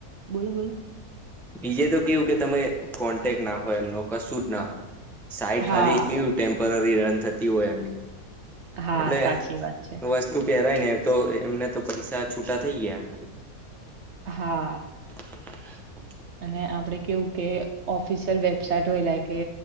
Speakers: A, on the right; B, in the centre.
A: બોલો બોલો
B: બીજે તો કેવું કે તમે કોન્ટેક ના હોય એમનું કશું જ ના હોય સાઈડ
A: હા,
B: ખાલી કેવું ટેમ્પરરી રન થતી હોય એમની
A: હા,
B: એટલે
A: સાચી વાત છે.
B: વસ્તુ પહેરાય ને તો એમને તો પૈસા છૂટા થઈ ગયા
A: હા
B: <inaudible>
A: અને આપડે કેવું કે ઓફિશિયલ વેબસાઈટ હોય એ લ કે